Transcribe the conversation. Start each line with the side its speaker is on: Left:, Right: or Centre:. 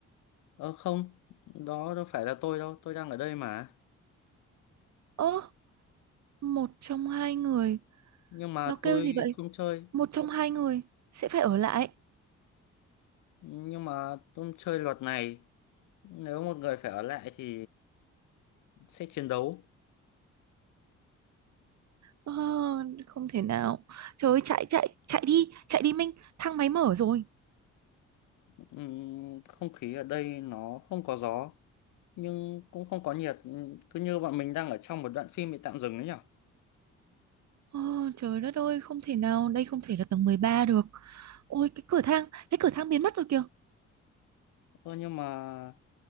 Left: Ờ không, đó đâu phải là tôi đâu, tôi đang ở đây mà.
Right: Ơ, một trong hai người
Left: Nhưng mà
Right: Nó kêu
Left: tôi
Right: gì vậy?
Left: không chơi,
Right: Một trong hai người sẽ phải ở lại.
Left: nhưng mà tôi chơi luật này. Nếu một người phải ở lại thì sẽ chiến đấu.
Right: Ờ, không thể nào. Trời ơi, chạy chạy chạy đi, chạy đi Minh, thang máy mở rồi.
Left: Ừm, Không khí ở đây nó không có gió, nhưng cũng không có nhiệt. Ừm, Cứ như bọn mình đang ở trong một đoạn phim bị tạm dừng ấy nhở.
Right: Ờ, trời đất ơi, không thể nào, đây không thể là tầng 13 được. Ôi cái cửa thang, cái cửa thang biến mất rồi kìa.
Left: Ờ nhưng mà